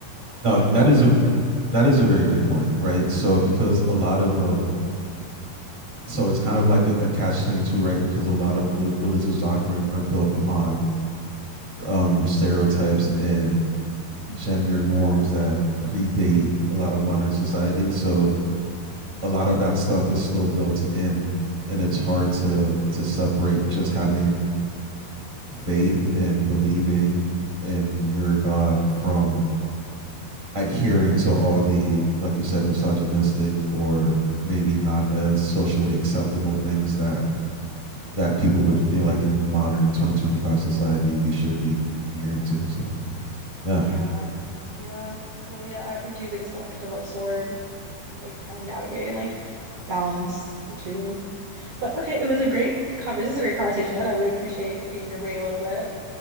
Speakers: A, on the right (about 15°); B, on the right (about 70°).
A: no
B: Although I do
A: that
B: agree
A: is
B: with
A: a
B: you.
A: that is a very good point right so because a lot of um so it's kind of like a, a catch 22 right because a lot of reli- religious doctrine are built upon um stereotypes and gender norms that predate a lot of modern society so a lot of that stuff is still built in and it's hard to to separate just having faith and believing in your god from adhering to all the like you said misogynistic or maybe not as socially acceptable things that that people would feel like in modern 2025 society we should be adhering to. So yeah,
B: Yeah. Yeah. So yeah, I, I do think it's kind of like a double-edged sword, like to kind of navigate and like balance the two. But okay, it was a great conver This is a great conversation. I really appreciate picking your brain a little bit